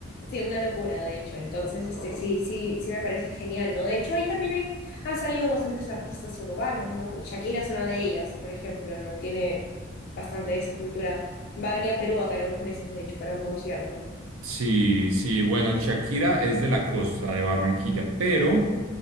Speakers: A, on the left; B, on the right.
A: sí, una locura, de hecho. Entonces, este, sí, sí, sí me parece genial, ¿no? De hecho, ahí también hay, han salido bastantes artistas urbanos, ¿no? Shakira es una de ellas, por ejemplo, ¿no? Tiene bastante de esa cultura. Va a venir a Perú acá en unos meses, de hecho, para un concierto.
B: Sí, sí, bueno, Shakira es de la costa de Barranquilla, pero